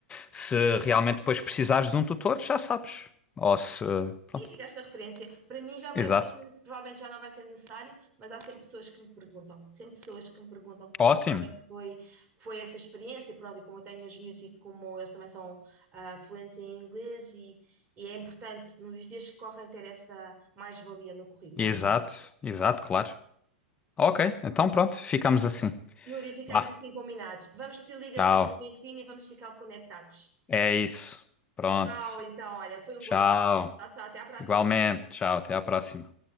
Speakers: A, on the left; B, on the right.
A: se realmente depois precisares de um tutor, já sabes. Ou se.
B: Sim,
A: Pronto.
B: ficaste a referência. Para mim já vai
A: Exato.
B: ser, provavelmente já não vai ser necessário, mas há sempre pessoas que me perguntam. Sempre pessoas que me perguntam,
A: Ótimo.
B: porque sabem que foi, que foi essa experiência, pronto, e como eu tenho os miúdos e como eles também são ah, fluentes em inglês e, e é importante nos dias que correm ter essa mais-valia no currículo.
A: Exato. Exato, claro. Ok, então pronto, ficamos assim.
B: Yuri, ficamos
A: Vá,
B: assim combinados. Vamos pedir ligação
A: tchau.
B: no LinkedIn e vamos ficar conectados.
A: É isso. Pronto.
B: Tchau, então, olha, foi um
A: Tchau.
B: gosto. Tchau, tchau, até a próxima.
A: Igualmente, tchau. Até à próxima.